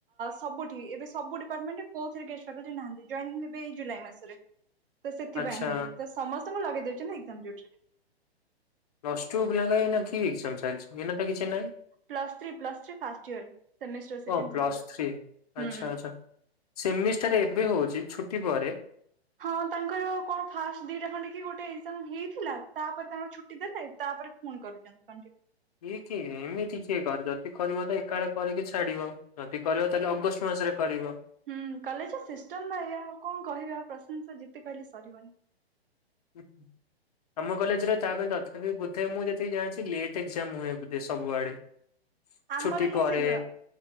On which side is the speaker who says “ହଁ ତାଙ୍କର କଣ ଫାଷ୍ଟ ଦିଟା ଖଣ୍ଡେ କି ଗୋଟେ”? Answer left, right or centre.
Right